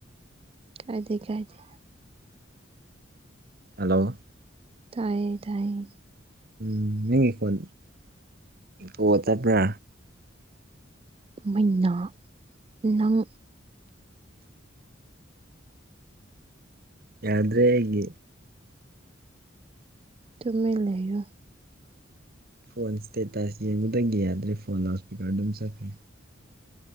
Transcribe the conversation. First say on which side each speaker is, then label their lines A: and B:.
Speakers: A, on the right; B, on the right.
A: ꯀꯥꯏꯗꯦ ꯀꯥꯏꯗꯦ
B: ꯍꯜꯂꯣ
A: ꯇꯥꯏꯌꯦ ꯇꯥꯏꯌꯦ
B: ꯎꯝ ꯅꯪ ꯏꯈꯣꯟ ꯒꯣꯗꯕ꯭ꯔꯥ
A: ꯃꯩꯅ ꯅꯪ
B: ꯌꯥꯗ꯭ꯔꯦ ꯑꯩꯒꯤ
A: ꯇꯨꯃꯤꯟ ꯂꯩꯌ‌ꯣ
B: ꯐꯣꯟ ꯏꯁꯇꯦꯇꯥꯁ ꯌꯦꯡꯕꯗꯒꯤ ꯌꯥꯗ꯭ꯔꯦ ꯐꯣꯟ ꯂꯥꯎꯠ ꯏꯁꯄꯤꯀꯔ ꯑꯗꯨꯝ ꯆꯠꯈ꯭ꯔꯦ